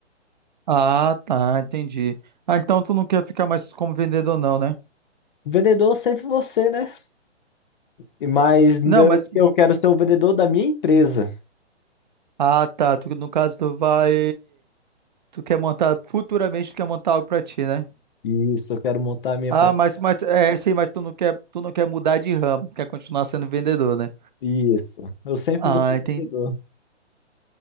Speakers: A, on the right; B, on the left.
A: Ah, tá, entendi. Ah, então tu não quer ficar mais como vendedor, não, né?
B: Vendedor sempre você, né? E- Mas não-
A: Não, mas.
B: eu quero ser o vendedor da minha empresa.
A: Ah, tá. Tu, no caso, tu vai. Tu quer montar. Futuramente, tu quer montar algo pra ti, né?
B: Isso, eu quero montar a minha
A: Ah,
B: própria.
A: mas, mas é sim, mas tu não quer, tu não quer mudar de ramo, quer continuar sendo vendedor, né?
B: Isso. Eu sempre
A: Ah,
B: vou ser
A: entendi.
B: vendedor.